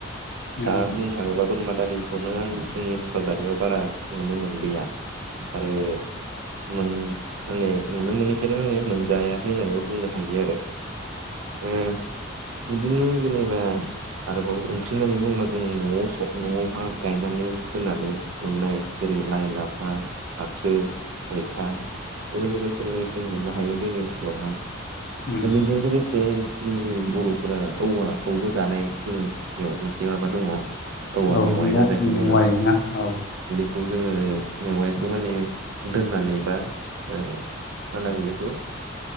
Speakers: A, on the left (about 50°); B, on the right (about 80°).
A: औ
B: दा बुं थाङोबा बोरमा दारिखौनो आं जोंनि ओनसोलाव दानिआ बारा नुनो मोनलिया। आरो मोन माने नुनो मोनैखायनो माने मोनजाया होननानैबो बुंनो हायो आरो ओ बिदिनो जेनेबा आरोबाव ओंख्रि होननानै बुंङोब्ला जों न'आव न'आवहा गायनानै फोनानै मोननाय जेरै लाइ लाफा, फाथो, मैथा बेबायदि रोखोमनि जों मोननो हायो जोंनि ओनसोलावहा
A: उम
B: बेजों लोगोसे जोंनि बर'फोरा औवाखौबो जानाय जोंनियाव मोनसे माबा दङ औवा
A: औ
B: मेवाइ
A: मेव
B: होनना जायखौ
A: मेवाइ
B: बुङो।
A: ना औ
B: खौ जोङो मेवाइखौ माने दोननानै बा ओ मा होनना बुङो बेखौ